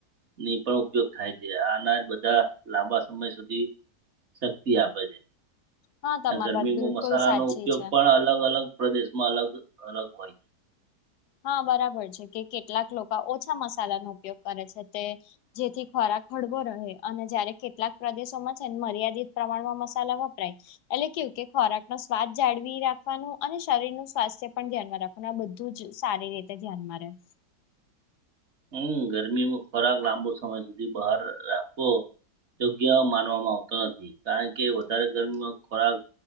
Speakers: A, on the right; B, on the left.
A: ની પણ ઉપયોગ થાય છે આ અનાજ બધા લાંબા સમય સુધી શક્તિ આપે છે.
B: હા તમારી
A: ગરમીમાં
B: વાત બિલકુલ
A: મસાલાનો
B: સાચી
A: ઉપયોગ
B: છે
A: પણ અલગ અલગ પ્રદેશ માં અલગ અલગ હોય છે.
B: હા બરાબર છે કે કેટલાક લોકો ઓછા મસાલાનો ઉપયોગ કરે છે તે જેથી ખોરા હળવો રહે અને જયારે કેટલાક પ્રદેશોમાં છેને મર્યાદિત પ્રમાણમાં મસાલા વપરાય એટલે કેવું કે ખોરાક નો સ્વાદ જાળવી રાખવાનું, અને શરીર નું સ્વાસ્થ્ય પણ ધ્યાનમાં રાખવાનું આ બધું જ સારી રીતે ધ્યાનમાં રહેે.
A: હમ્મ ગરમીમાં ખોરાક લાંબો સમય સુધી બહાર રાખવો યોગ્ય માનવામાં આવતો નથી, કારણ કે વધારે ગરમીમાં ખોરાક